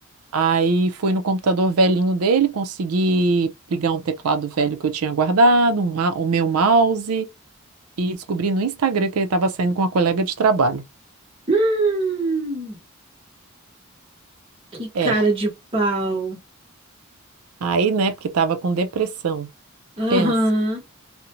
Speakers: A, on the right (about 85°); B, on the right (about 25°).
A: Aí fui no computador velhinho dele, consegui ligar um teclado velho que eu tinha guardado, um ma- o meu mouse, e descobri no Instagram que ele estava saindo com uma colega de trabalho.
B: Hum, que
A: É,
B: cara de pau.
A: aí, né, porque estava com depressão.
B: Aham.
A: Pensa,